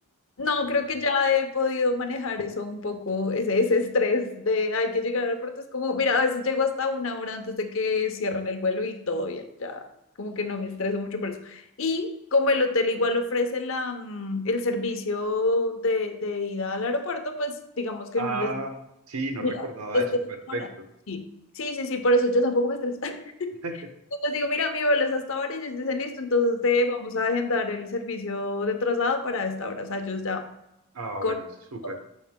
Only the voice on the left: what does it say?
no, creo que ya he podido manejar eso un poco, ese, ese estrés de hay que llegar al aeropuerto. Es como, mira, a veces llego hasta una hora antes de que cierren el vuelo y todo bien, ya como que no me estreso mucho por eso. Y como el hotel igual ofrece la, mm, el servicio de, de ida al aeropuerto, pues digamos que
uno les
Mira,
esto
es ahora. Sí. Sí, sí, sí, por eso yo tampoco me estreso. <laughs>
Entonces digo, mira, mi vuelo es hasta ahora, ellos dicen, listo, entonces te vamos a agendar el servicio de traslado para esta hora. O sea, ellos ya
cortan
todo.